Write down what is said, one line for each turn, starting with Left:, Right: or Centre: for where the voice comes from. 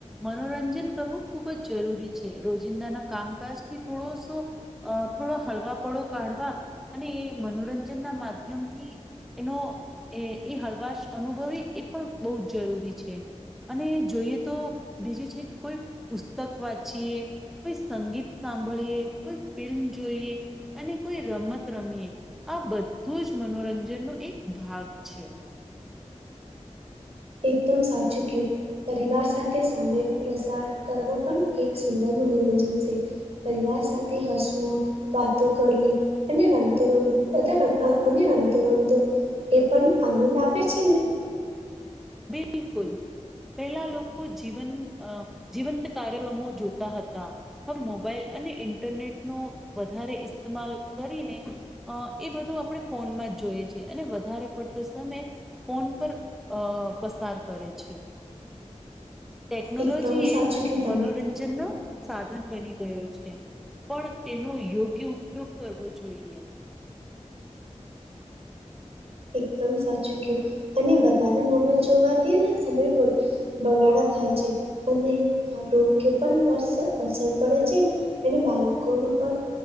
Centre: મનોરંજન કરવું ખૂબ જ જરૂરી છે રોજિંદાના કામકાજ થી થોડોસો. અ થોડો હળવા પળો કાઢવા અને મનોરંજન ના માધ્યમથી. એનો એ એ હળવાશ અનુભવી એ પણ બહુ જ જરૂરી છે. અને જોઈએ તો બીજું છે કે કોઈ પુસ્તક વાંચીએ. કોઈ સંગીત સાંભળીએ કોઈ ફિલ્મ જોઈએ. અને કોઈ રમત રમીએ આ બધું જ મનોરંજનનો એક ભાગ છે.
Right: એકદમ સાચું કયું પરિવાર સાથે. તે સમય પ્રસાર કરવો પણ એક સુંદર મનોરંજન છે. પરિવાર સાથે હસવું વાતો કરવી અને રામતો રમ અમ અને રામતો રમતો. એ પણ આનંદ આપે છે ને
Centre: બિલકુલ. પહેલા લોકો જીવન જીવંત કાર્યક્રમો જોતા હતા. હવે મોબાઈલ અને ઇન્ટરનેટ નો વધારે ઇસ્તેમાલ કરીને. અ એ બધું આપણે ફોનમાં જ જોઈએ છેએ અને વધારે પડતો સમય ફોન પર. અ પસાર કરે છે ટેકનોલોજી
Right: એકદમ સાચું
Centre: એ
Right: કયું
Centre: મનોરંજન.
Right: તમે
Centre: જે ન સાધન બની ગયો છે. પણ તેનો યોગ્ય ઉપયોગ કરવો જોઈએ.
Right: એકદમ સાચું કયું અને વધારે મોબાઈલ જોવાથી સમય પગ. બગાડા થાય છે અને. આ રોગ્ય પણ અસર પડે છે ને એને બાળકોનું પણ